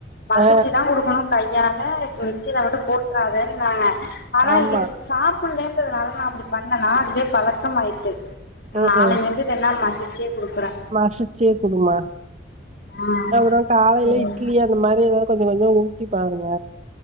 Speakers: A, on the left (about 55°); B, on the right (about 35°).
A: மசிச்சு
B: ஆ
A: தா குடுக்கணு கையால மிக்சில மட்டு போட்டறாதன்னாங்க ஆனா
B: ஆமா.
A: இது சாப்பிட்லேன்ட்டு அதுனால நா அப்டி பண்ணேனா அதுவே பழக்கம் ஆயிட்டு
B: ம்ஹ்ம்.
A: நாளில இருந் எல்லா மசிச்சே குடுக்கறே
B: மசிச்சே குடுமா
A: ஆ
B: அப்றோ காலையில
A: சேரி
B: இட்லியா இந்த மாறி எதாவது கொஞ்சோ கொஞ்சோ ஊட்டி பாருங்க